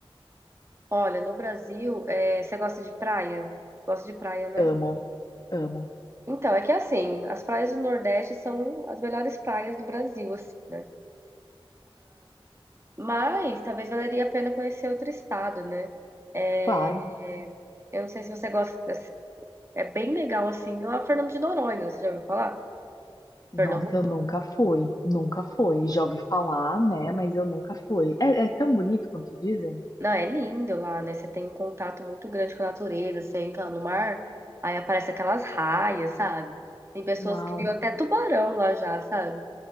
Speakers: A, on the right; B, on the left.
A: Olha, no Brasil, é, você gosta de praia? Gosta de praia, né?
B: Amo, amo.
A: Então, é que assim, as praias do Nordeste são as melhores praias do Brasil, assim, né? Mas talvez valeria a pena conhecer outro estado, né? É,
B: Claro.
A: eu não sei se você gosta. É bem legal, assim, a Fernando de Noronha, você já ouviu falar?
B: Nossa,
A: Pernambuco?
B: eu nunca fui, nunca fui. Já ouvi falar, né? Mas eu nunca fui. É, é tão bonito quanto dizem?
A: Não, é lindo lá, né? Você tem um contato muito grande com a natureza, você entra no mar, aí aparece aquelas raias, sabe? Tem pessoas
B: Uau,
A: que viu até tubarão lá já, sabe?